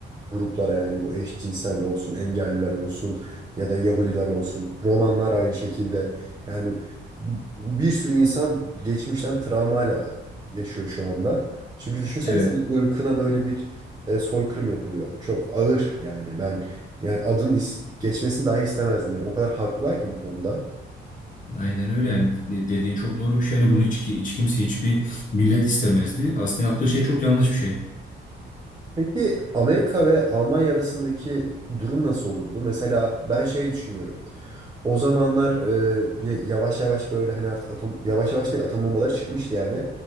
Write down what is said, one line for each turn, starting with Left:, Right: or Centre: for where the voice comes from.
Right: gruplara yani bu eşcinsel olsun, engelliler olsun ya da Yahudiler olsun. Romanlar aynı şekilde. Yani bir sürü insan geçmişten travmayla yaşıyor şu anda. Çünkü düşünsene
Left: Evet.
Right: senin ırkına böyle bir e, soykırım yapılıyor. Çok ağır yani. Ben yani adın is- geçmesini dahi istemezdim yani. O kadar haklılar ki bu konuda.
Left: Aynen öyle yani De- dediğin çok doğru bir şey. Yani bunu hiç, hiç kimse hiçbir millet istemezdi. Aslında yaptığı şey çok yanlış bir şey.
Right: Peki Amerika ve Almanya arasındaki durum nasıl olurdu? Mesela ben şey düşünüyorum. O zamanlar e, bir- yavaş yavaş böyle hani artık atom yavaş yavaş değil atom bombaları çıkmıştı yani.